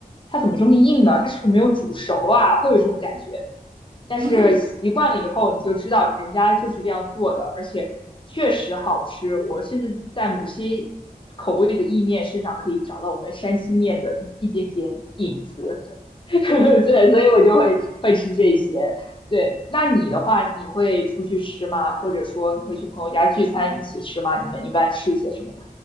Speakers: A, on the left (about 35°); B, on the right (about 80°).
A: 它怎么这么硬呢？它是不是没有煮熟啊？会有这种感觉。但是习惯了以后，
B: 嗯嗯 <laughs>
A: 你就知道人家就是这样做的，而且确实好吃。我甚至在某些口味的意面身上可以找到我们山西面的一点点影子。<laughs> 对，所以我就会会吃这些。对，那你的话，你会出去吃吗？或者说你会去朋友家聚餐一起吃吗？你们一般吃一些什么呀？